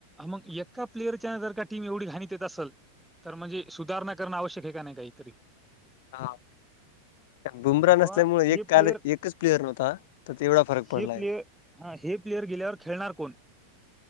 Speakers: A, in the centre; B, on the left.
A: मग एका प्लेअरच्या जर का टीम एवढी घाण येत असल तर म्हणजे सुधारणा करणं आवश्यक आहे का नाही काहीतरी?
B: हां. बुमरान
A: व
B: असल्यामुळ एक
A: हे
B: काल
A: प्लेअर
B: एकचं प्लेअर होता, तर तेवढा फरक पडलायं.
A: हे प्लेअर हा, हे प्लेयर गेल्यावर खेळणार कोण?